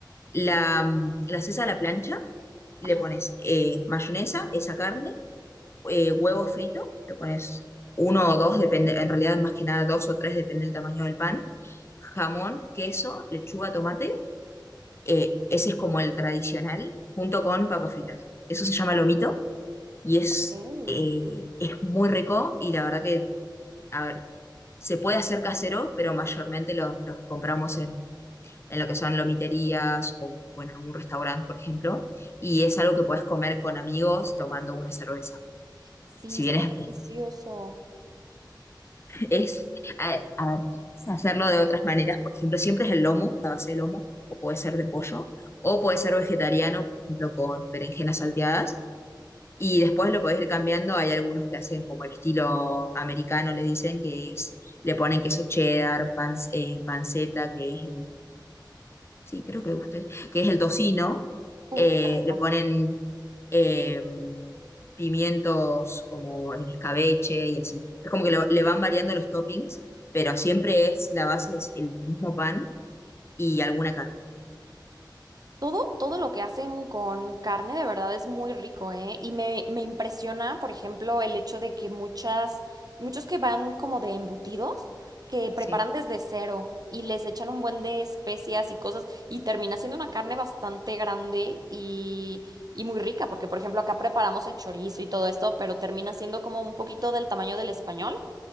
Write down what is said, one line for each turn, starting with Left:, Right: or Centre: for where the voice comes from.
Left: La, mm, la haces a la plancha, le
Right: Ah,
Left: pones eh, mayonesa, esa carne eh, huevo frito, le pones uno o dos, depende, en realidad más que nada dos o tres, depende del tamaño del pan, jamón, queso, lechuga, tomate, eh, ese es como el tradicional, junto con papas fritas. Eso se llama lomito y es,
Right: ok.
Left: eh, es muy rico y la verdad que, a ver, se puede hacer casero, pero mayormente los, los compramos en, en lo que son lomiterías o, o en algún restaurante, por ejemplo, y es algo que puedes comer con amigos tomando una cerveza.
Right: Sí,
Left: Si
Right: suena
Left: bien es
Right: delicioso.
Left: Es, a, a ver, puedes hacerlo de otras maneras. Por ejemplo, siempre es el lomo, la base de lomo, o puede ser de pollo, o puede ser vegetariano, por ejemplo, con berenjenas salteadas. Y después lo podés ir cambiando. Hay algunos que hacen como el estilo americano, le dicen que es, le ponen queso cheddar, pan- eh, panceta, que es sí, creo que usted, que es el tocino,
Right: Uf,
Left: eh,
Right: qué rico.
Left: le ponen eh, pimientos como en escabeche y así. Es como que lo- le van variando los toppings, pero siempre es, la base es el mismo pan y alguna carne.
Right: Todo, todo lo que hacen con carne de verdad es muy rico, ¿eh? Y me, me impresiona, por ejemplo, el hecho de que muchas, muchos que van como de embutidos, que preparan
Left: Sí,
Right: desde cero y les echan un buen de especias y cosas y termina siendo una carne bastante grande y, y muy rica, porque por ejemplo acá preparamos el chorizo y todo esto, pero termina siendo como un poquito del tamaño del español